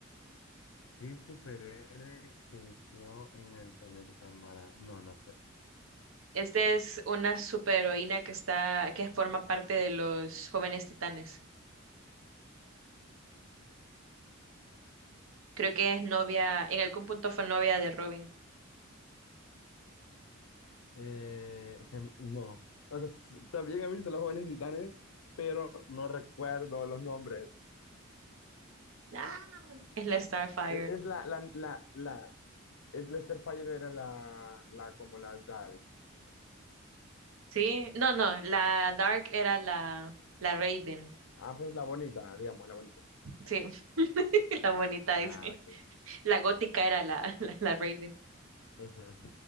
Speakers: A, on the left; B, on the right.
A: ¿Qué superhéroe creció en el planeta Mara? No, no sé.
B: Esta es una superheroína que está, que forma parte de los Jóvenes Titanes. Creo que es novia, en algún punto fue novia de Robin.
A: Eh, se- no, o sea, s- también he visto Los Jóvenes Titanes, pero no recuerdo los nombres.
B: Ah, es la Starfire.
A: Es, es la, la, la, la, es Lester Fire era la, la, como la Dark.
B: Sí, no, no, la Dark era la, la Raven.
A: Ah, pues la bonita, digamos, la bonita.
B: Sí, <laughs> la bonita dice.
A: Ah, ok.
B: La gótica era la, la, la Raven.
A: Ujú.